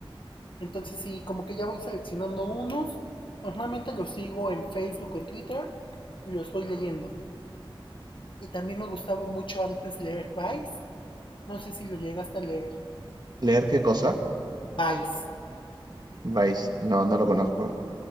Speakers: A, on the left; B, on the right.
A: Entonces sí, como que ya voy seleccionando unos, normalmente los sigo en Facebook o en Twitter y los voy leyendo. Y también me gustaba mucho antes leer Vice, no sé si lo llegaste a leer.
B: ¿Leer qué cosa?
A: Vice.
B: Vice, no, no lo conozco.